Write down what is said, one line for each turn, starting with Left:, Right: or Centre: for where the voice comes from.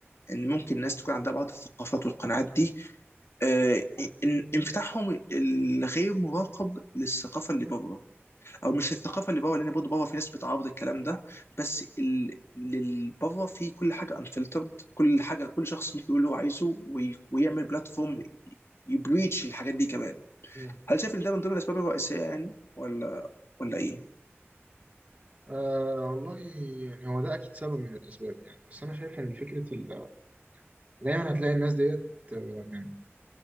Left: ان ممكن الناس تكون عندها بعض الثقافات والقناعات دي آه... إن... انفتاحهم الغير مراقب للثقافه اللي بره او مش الثقافه اللي بره لان برضه بره في ناس بتعارض الكلام ده بس ال- اللي بره في كل حاجه انفلترد كل حاجه كل شخص ممكن يقول اللي هو عايزه وي- ويعمل بلاتفورم يبريتش الحاجات دي كمان
Right: مم.
Left: هل شايف ان ده من ضمن الاسباب الرئيسيه يعني ولا ولا ايه؟
Right: آه والله يعني هو ده اكيد سبب من الاسباب يعني بس انا شايف ان فكره ال... دايما هتلاقي الناس ديت آه، يعني